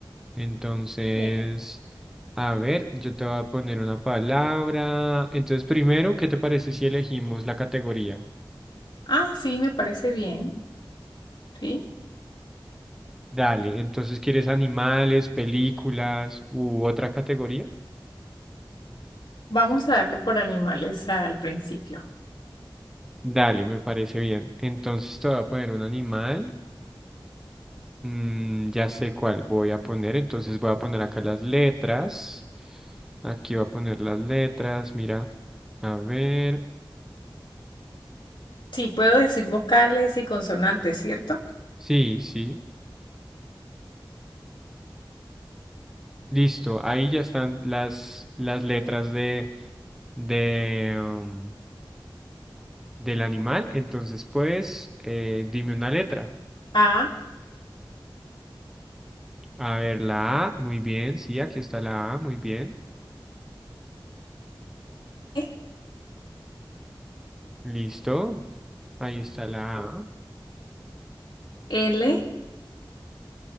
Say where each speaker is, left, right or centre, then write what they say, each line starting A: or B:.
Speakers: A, in the centre; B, on the left.
A: Entonces,
B: Eh,
A: a ver, yo te voy a poner una palabra. Entonces, primero, ¿qué te parece si elegimos la categoría?
B: ah, sí, me parece bien. Sí,
A: Dale, entonces, ¿quieres animales, películas u otra categoría?
B: vamos a darle por animales al principio.
A: Dale, me parece bien. Entonces te voy a poner un animal. Mm, ya sé cuál voy a poner. Entonces voy a poner acá las letras. Aquí voy a poner las letras. Mira. A ver.
B: Sí, puedo decir vocales y consonantes, ¿cierto?
A: Sí, sí. Listo. Ahí ya están las, las letras de, de, um, del animal. Entonces, pues, eh, dime una letra.
B: A,
A: A ver, la A. Muy bien. Sí, aquí está la A. Muy bien.
B: E,
A: Listo. Ahí está la A.
B: L,